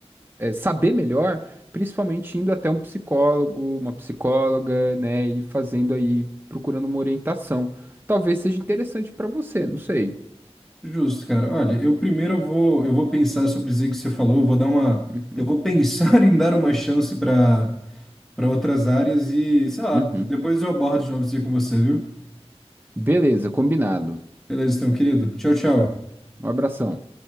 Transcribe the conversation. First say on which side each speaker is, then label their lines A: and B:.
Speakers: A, on the right; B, in the centre.
A: é, saber melhor, principalmente indo até um psicólogo, uma psicóloga, né, e fazendo aí, procurando uma orientação. Talvez seja interessante para você, não sei.
B: justo, cara. Olha, eu primeiro eu vou, eu vou pensar sobre isso aí que você falou, eu vou dar uma,
A: Uhum.
B: eu vou pensar <laughs> em dar uma chance para para outras áreas e, sei lá,
A: Uhum.
B: d- depois eu abordo de novo isso aí com você, viu?
A: Beleza, combinado.
B: Beleza, então, querido. Tchau, tchau.
A: Um abração.